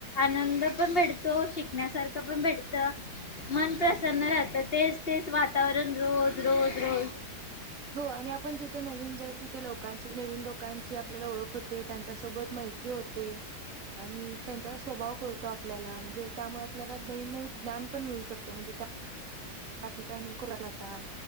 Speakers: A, on the left; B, on the right.
A: आनंद पण भेटतो शिकण्यासारखं पण भेटत मन प्रसन्न राह तर तेच तेच वातावरण रोज रोज रोज
B: हो आणि आपण जिथे नवीन जाईल तिथे लोकांची नवीन लोकांची आपल्याला ओळख होते. त्यांच्यासोबत मैत्री होते. आणि त्यांचा स्वभाव कळतो आप आपल्याला म्हणजे त्यामुळे आपल्याला नवीन नवीन ज्ञान पण मिळू शकतं म्हणजे त्या त्या ठिकाणी कोण राातात,